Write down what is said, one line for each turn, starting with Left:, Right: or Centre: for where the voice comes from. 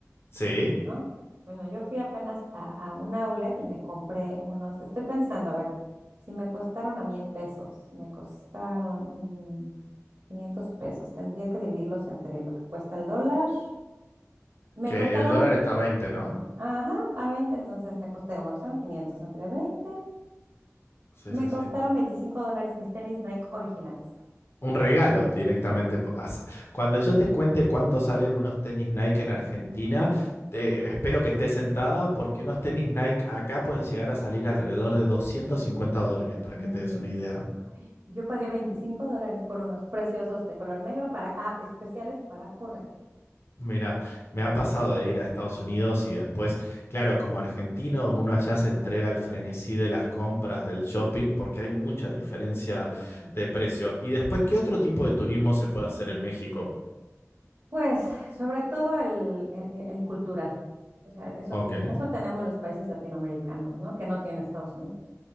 Left: sí.
Right: ¿no? Bueno, yo fui apenas a, a un outlet y me compré unos, estoy pensando, a ver, si me costaron a mí en pesos, me costaron mm, 500 pesos, tendría que dividirlos entre lo que cuesta el dólar. Me
Left: Que
Right: costaron,
Left: el dólar está a 20, ¿no?
Right: ajá, a 20, entonces me costé, me costaron 500 entre 20.
Left: Sí,
Right: Me
Left: sí,
Right: costaron
Left: sí.
Right: 25 dólares mis tenis Nike originales.
Left: Un regalo directamente.
Right: Sí.
Left: As- Cuando yo te cuente cuánto salen unos tenis Nike en Argentina, te- espero que estés sentada porque unos tenis Nike acá pueden llegar a salir alrededor de 250 dólares, para
Right: No
Left: que te
Right: inventes.
Left: des una idea.
Right: Yo pagué 25 dólares por unos preciosos de color negro para app especiales para correr.
Left: Mira, me ha pasado de ir a Estados Unidos y después, claro, como argentino, uno allá se entrega al frenesí de las compras, del shopping, porque hay mucha diferencia
Right: Mm.
Left: de precio. Y después, ¿qué otro tipo de turismo se puede hacer en México?
Right: Pues sobre todo el, el- el cultural. O sea, eso,
Left: Ok.
Right: tiene- eso tenemos los países latinoamericanos, ¿no? Que no tiene Estados Unidos.